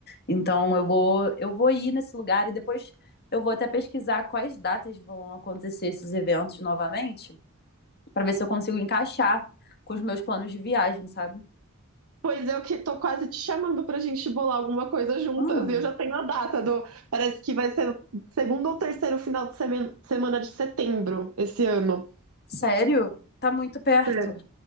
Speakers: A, on the left; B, on the right.
A: Então eu vou, eu vou ir nesse lugar e depois eu vou até pesquisar quais datas vão acontecer esses eventos novamente, para ver se eu consigo encaixar com os meus planos de viagem, sabe?
B: Pois eu que tô quase te chamando pra gente bolar alguma coisa juntas.
A: Hum,
B: E eu já tenho a data do. Parece que vai ser o segundo ou terceiro final de semen- semana de setembro esse ano.
A: sério? Tá muito perto.
B: Sério.